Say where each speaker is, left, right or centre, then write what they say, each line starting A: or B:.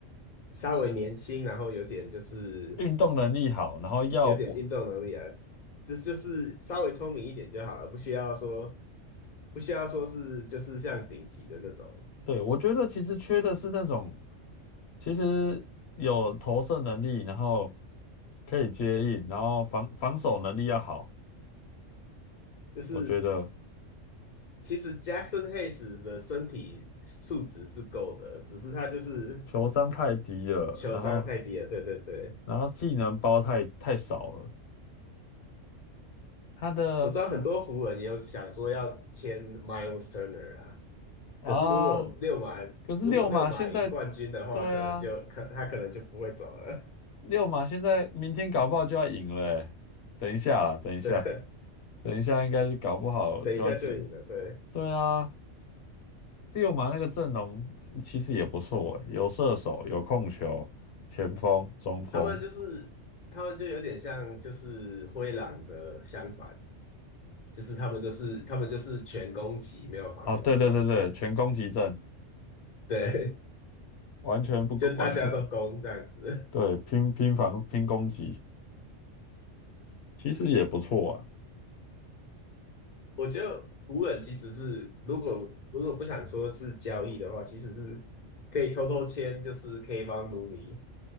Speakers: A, on the left; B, on the left.
A: 稍微年轻，然后有点就是
B: 运动能力好，然后要我，
A: 有点运动能力啊，只就是稍微聪明一点就好了，不需要说不需要说是就是像顶级的那种，
B: 对，我觉得其实缺的是那种，其实有投射能力，然后可以接应，然后防防守能力要好。
A: 就是
B: 我觉得
A: 其实 Jackson Hayes 的身体素质是够的，只是他就是
B: 球商太低了，
A: 球商太低了，
B: 然后
A: 对对对。
B: 然后技能包太太少了，他的
A: 我知道很多湖人也有想说要签 Miles Turner 啊，
B: 啊，
A: 可是如果六马如果六马赢冠军的话，
B: 可是六马现在，对啊，
A: 可能就可他可能就不会走了。
B: 六马现在明天搞不好就要赢了欸等一下啦，等一下，
A: <laughs> 对，
B: 等一下应该是搞不好就要进，
A: 等一下就赢了。对，
B: 对啊，六马那个阵容其实也不错欸，有射手，有控球，前锋、中锋，
A: 他们就是他们就有点像就是灰狼的相反，就是他们就是他们就是全攻击，没有防守这样子。
B: 啊，对对对对，全攻击阵，
A: <laughs> 对，
B: 完全不完全，
A: 就大家都攻这样子。
B: 对，拼拼防拼攻击，其实也不错啊。
A: 我觉得无人其实是，如果如果不想说是交易的话，其实是可以偷偷签，就是 K 帮努米，